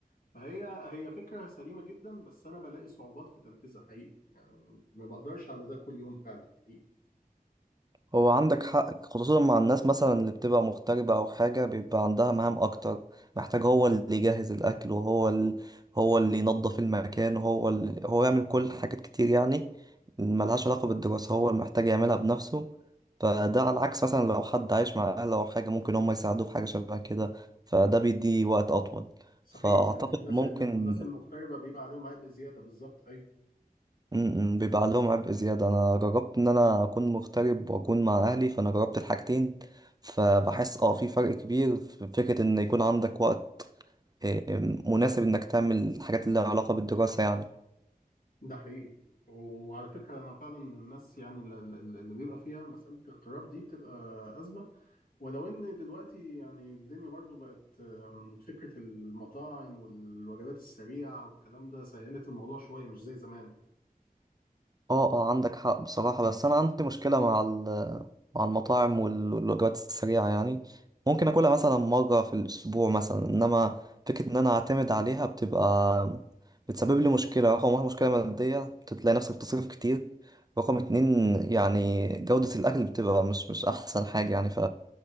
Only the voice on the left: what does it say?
فهي هي فكرة سليمة جدا بس انا بلاقي صعوبات في تنفيذها حقيقي يعني ما بقدرش على ده كل يوم فعلا حقيقي
صحيح
يعني الناس
الناس المغتربة بيبقى عليهم عبء زيادة بالظبط ايوه
ده حقيقي وعلى فكرة انا فعلا من الناس يعني اللي اللي بيبقى فيها مسألة اغتراب دي بتبقى أزمة ولو ان دلوقتي يعني الدنيا برضو بقت آم، فكرة المطاعم والوجبات السريعة والكلام ده سهلت الموضوع شوية مش زي زمان